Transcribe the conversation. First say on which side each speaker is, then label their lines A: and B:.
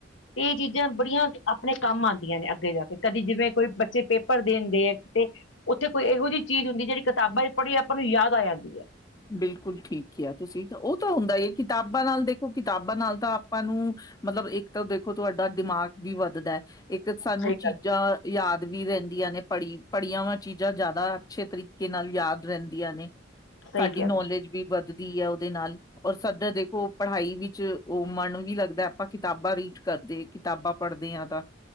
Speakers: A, on the left; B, on the left.
A: ਏ ਚੀਜ਼ਾਂ ਬੜੀਆਂ ਆਪਣੇ ਕੰਮ ਆਦੀਆਂ ਨੇ ਅੱਗੇ ਜਾ ਕੇ ਕਦੀ ਜਿਵੇਂ ਕੋਈ ਬੱਚੇ ਪੇਪਰ ਦੇਣ ਗਏ ਐ ਕਿਤੇ ਉੱਥੇ ਕੋਈ ਏਹੋ ਜੀ ਚੀਜ਼ ਹੁੰਦੀ ਜੇੜੀ ਕਿਤਾਬਾਂ ਚ ਪੜ੍ਹੀ ਆਪਾਂ ਨੂੰ ਯਾਦ ਆ ਜਾਂਦੀ ਐ।
B: ਬਿਲਕੁੱਲ ਠੀਕ ਕਿਆ ਤੁਸੀਂ ਓ ਤਾਂ ਹੁੰਦਾ ਈ ਕਿਤਾਬਾਂ ਨਾਲ ਦੇਖੋ ਕਿਤਾਬਾਂ ਨਾਲ ਤਾਂ ਆਪਾਂ ਨੂੰ ਮਤਲਬ ਇੱਕ ਤਾਂ ਦੇਖੋ ਤੁਹਾਡਾ ਦਿਮਾਗ ਵੀ ਵੱਧਦਾ ਇੱਕ ਸਾਨੂੰ
A: ਸਹੀ
B: ਚੀਜ਼ਾਂ
A: ਗੱਲ
B: ਯਾਦ ਵੀ ਰੈਂਦੀਆਂ ਨੇ ਪੜ੍ਹੀ ਪੜ੍ਹੀਆਂ ਵਾਂ ਚੀਜ਼ਾਂ ਯਾਦਾ ਅੱਛੇ ਤਰੀਕੇ ਨਾਲ ਯਾਦ ਰਹਿੰਦੀਆਂ ਨੇ।
A: ਸਹੀ
B: ਸਾਡੀ
A: ਕਿਹਾ
B: ਨੌਲੇਜ
A: ਤੁਸੀਂ
B: ਵੀ ਵੱਧਦੀ ਐ ਓਦੇ ਨਾਲ ਔਰ ਸਾਡ ਦੇਖੋ ਪੜ੍ਹਾਈ ਵਿੱਚ ਓ ਮਨ ਵੀ ਲੱਗਦਾ ਆਪਾਂ ਕਿਤਾਬਾਂ ਰੀਡ ਕਰਦੇ ਕਿਤਾਬਾਂ ਪੜ੍ਹਦੇ ਆ ਤਾਂ।